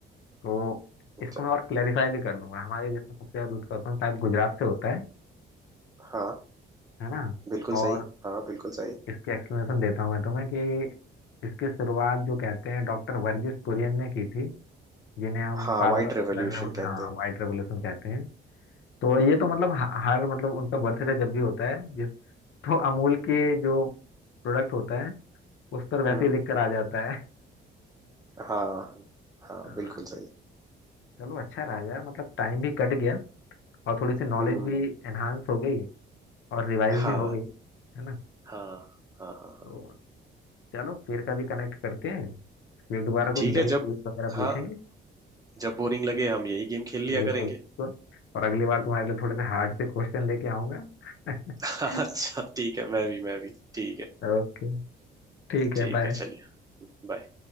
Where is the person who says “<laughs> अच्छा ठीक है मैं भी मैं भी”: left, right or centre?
Right